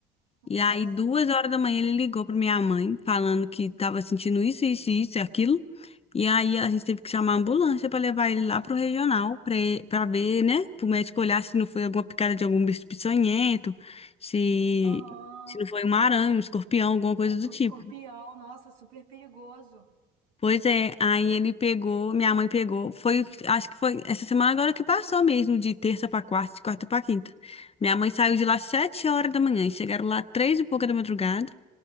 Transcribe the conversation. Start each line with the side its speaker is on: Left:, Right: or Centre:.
Left: E
Right: Nossa.
Left: aí, duas horas da manhã, ele ligou para minha mãe, falando que estava sentindo isso, isso, isso e aquilo. E aí, a gente teve que chamar a ambulância para levar ele lá pro regional, para ver, né, para o médico olhar se não foi alguma picada de algum bicho peçonhento, se,
Right: Aham.
Left: se não foi uma aranha, um escorpião, alguma coisa do
Right: O
Left: tipo.
Right: escorpião, nossa, super perigoso.
Left: Pois é, aí ele pegou, minha mãe pegou, foi, o que- acho que foi essa semana agora que passou mesmo, de terça pra quarta, de quarta pra quinta. Minha mãe saiu de lá sete horas da manhã, e chegaram lá três e pouca da madrugada.